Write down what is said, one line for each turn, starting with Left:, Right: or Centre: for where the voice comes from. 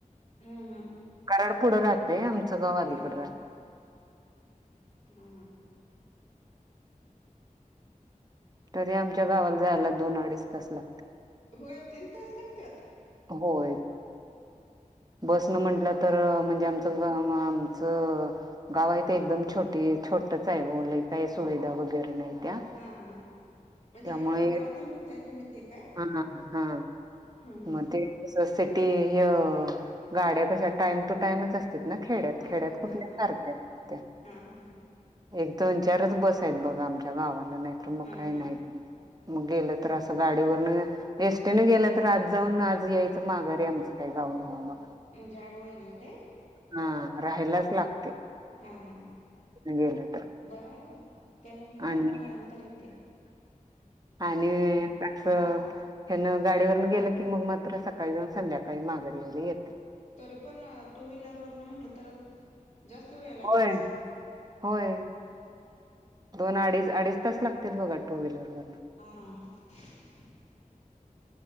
Left: हा हा
Right: कारराड पुढं राहतय आमचं गाव अलीकड
Left: हा हा
Right: राहत
Left: हा
Right: तरी आमच्या गावाला जायला दोन अडीच तास ला
Left: होय तीन तास लागतात
Right: होय बस न म्हटलं तर म्हणजे आमचं आमचं गाव आहे ते एकदम छोटी छोटच आहे ल काय सुविधा वगैरे नाही त्या
Left: हा हा म्हणजे
Right: त्यामुळे
Left: डोंगरातय म्हणताय तुम्ही ते काय
Right: हा हा
Left: हा हा
Right: म त सिटी ह गाड्या कशा टाइम टू टाइमच असत ना खेड्यात
Left: हा
Right: खेड्यात कुठल्या
Left: हा हा
Right: सारख्या त्या
Left: हा हा
Right: एक दोन चारच बस आहेत बघा आमच्या गावाला नाहीतर मग
Left: हा
Right: काही
Left: हा
Right: नाही मग गेलं तर असं गाडीवर एसटी न गेलं तर आज जाऊन आज यायचं माघारी आहे आमचं काय गाऊन हं मग
Left: म्हणजे आडवळ नाही काय
Right: हा राहायलाच लागते
Left: हा हा
Right: हल तर
Left: बरं आहे मग त्यानमित्तानं
Right: आणि
Left: राहाल तर येते
Right: आणि अस ह्यान गाडीवरन गेलं की मग मात्र सकाळी जाऊन संध्याकाळी माघरी येले येते
Left: तरी पण टू व्हीलरवर न म्हटलं तर जास्त वेळ लागत
Right: होय.
Left: असेल
Right: होय दोन अडीच अडीच तास लागतील बघा टू व्हीलर वन
Left: हा